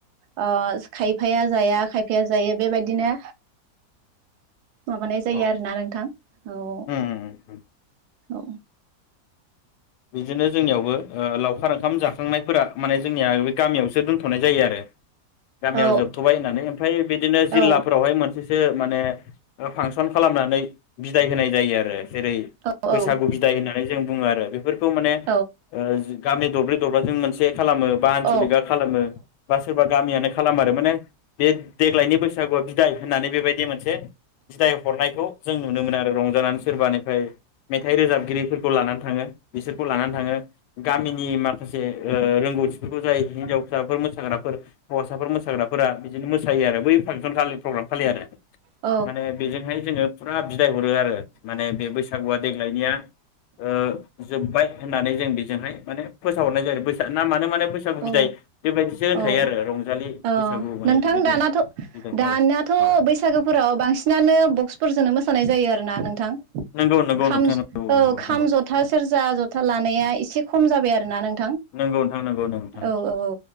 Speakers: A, on the right; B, on the left.
A: ओ खायफाया जाया खायफाया जायो बेबायदिनो माबानाय जायो
B: औ
A: आरोना नोंथां औ
B: उम उम उम
A: औ
B: बिदिनो जोंनियावबो लावखार ओंखाम जाखांनायफोरा माने जोंनिया बे गामियावसो दोनथ'नाय जायो आरो। गामियाव
A: औ
B: जोबथ'बाय होननानै ओमफ्राय बिदिनो जिल्लाफोरावहाय
A: औ
B: मोन सो माने फांसन खालामनानै बिदाय होनाय जायो आरो। जेरै
A: औ
B: बैसागु
A: औ
B: बि होननानै जों बुङो आरो बे बेफोरखौ माने ओ
A: औ
B: गामि दरब्रै दरब्राजों मोनसे खालामो बा आनसलिक
A: औ
B: खालामो बा सोरबा गामियनो खालाम आरो माने बे देग्लायनि बैसागुआ बिदाय होननानै बेबायदि मोनसे बिदाय हरनायखौ जों नुनो मोनो आरो रंजानानै सोरबानिफ्राय मेथाइ रोजाबि गिफोरखौ लानानै थाङो। बिसोरखौ लानानै थाङो गामिनि माखासे ओ रोंगौथिफोरखौ जाय हिनजावसाफोर मोसाग्राफोर हौवासाफोर मोसाग्राफोरा बिदिनो मो जायो आरो बै फांसन खालि प्रग्राम फालियो आरो
A: औ
B: माने बेजोंहाय जोङो फुरा बिदाय हरो आरो माने बे बैसागुआ देग्लायनिया ओ जोब्बाय होननानै जों बेजोंहाय माने फोसाव हरनाय जायो नामानो माने बैसागु
A: औ
B: बिदाय बेबायदिसो होनखायो
A: औ
B: आरो रंजालि
A: औ
B: बैसागु माने
A: नोंथां
B: बेबायदि
A: दानाथ'
B: बिदाय
A: दानियाथ'
B: औ औ
A: बैसागोफोराव बांसिनानो बक्सफोरजोंनो मोसानाय जायो आरोना नोंथां
B: नंगौ नंगौ
A: खाम
B: नोंथां नंगौ
A: औ
B: नंगौ
A: खाम
B: नंगौ
A: ज'था सेरजा ज'था लानाया एसे खम जाबाय आरो <unintelligible>
B: नंगौ नोंथां नंगौ नंगौ।
A: औ औ औ